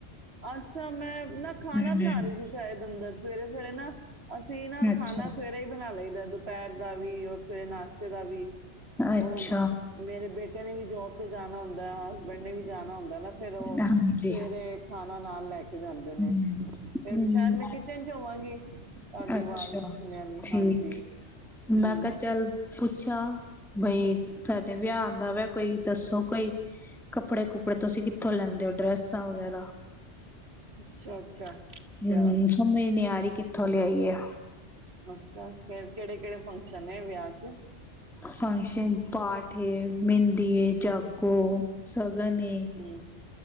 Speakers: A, on the right (about 60°); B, in the centre.
A: ਅੱਛਾ, ਮੈਂ ਨਾ ਖਾਣਾ
B: ਹਮ
A: ਬਣਾ ਲਈ ਸੀ ਸ਼ਾਇਦ ਅੰਦਰ ਸਵੇਰੇ ਸਵੇਰੇ ਨਾ ਅਸੀਂ ਨਾ
B: ਅੱਛਾ
A: ਖਾਣਾ ਸਵੇਰੇ ਹੀ ਬਣਾ ਲਈ ਦਾ। ਦੁਪਹਿਰ ਦਾ ਵੀ ਔਰ ਸਵੇਰੇ ਨਾਸ ਤਾ ਵੀ
B: ਅੱਛਾ
A: ਉਹ ਮੇਰੇ ਬੇ ਮੁੰਡੇ ਨੇ ਵੀ ਜੋਬ ਤੇ ਜਾਣਾ ਹੁੰਦਾ ਹਸਬੈਂਡ ਨੇ ਵੀ ਜਾਣਾ ਹੁੰਦਾ ਨਾ ਫਿਰ ਉਹ
B: ਹਾਂਜੀ
A: ਸਵੇਰੇ ਖਾਨਾ ਨਾਲ ਲੈ ਆਉਂਦੇ
B: ਹਮ
A: ਨੇ ਫਿਰ ਸ਼ਾਇਦ ਮੈਂ ਕਿਚਨ ਚ ਹੋਵਾਂਗੀ।
B: ਅੱਛਾ
A: ਆਵਾਜ਼ ਸੁਣਿਆ ਨੀ
B: ਠੀਕ,
A: ਹਾਂਜੀ,
B: ਮੈਂ
A: ਹੂੰ
B: ਕਿਹਾ ਚੱਲ ਪੁੱਛਾਂ। ਬਈ ਸਾਡੇ ਵਿਆਹ ਆਉਂਦਾ ਵੈ। ਕੋਈ ਦੱਸੋ ਕੋਈ ਕੱਪੜੇ ਕੁੱਪੜੇ ਤੁਸੀਂ ਕਿੱਥੋਂ ਲੈਂਦੇ ਹੋ ਡਰੈਸਾਂ ਵਗੈਰਾ?
A: ਅੱਛਾ-ਅੱਛਾ
B: ਹਮ
A: ਤੇ ਆਹ
B: ਸਮਝ ਨੀ ਆ ਰਹੀ ਕਿੱਥੋਂ ਲਿਆਈਏ?
A: ਅੱਛਾ। ਕਿਹੜੇ ਕਿਹੜੇ ਫੰਕਸ਼ਨ ਐ ਵਿਆਹ ਚ?
B: ਫੰਕਸ਼ਨ। ਪਾਠ ਐ, ਮਹਿੰਦੀ ਐ। ਜਾਗੋ, ਸਗਣ ਏ।
A: ਹਮ